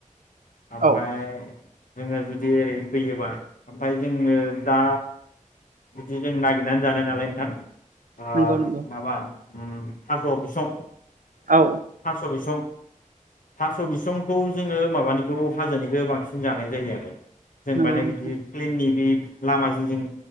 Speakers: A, on the left; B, on the right.
A: आमफ्राय
B: औ
A: जोङो जुदि ओरै फैयोबा ओमफ्राय जोङो दा जुदि जों नागिर नानै जानाय नालाय नोंथां। आ
B: नंगौ नंगौ
A: माबा ओम थास' बिसं
B: औ
A: थास' बिसं थास' बिसंखौ जोङो माबानिखौ हाजोनिखौ बांसिन जानाय जायो आरो जों
B: नंगौ
A: माने
B: नोंथां
A: बिदि प्लेननि बे लामा जिं जिं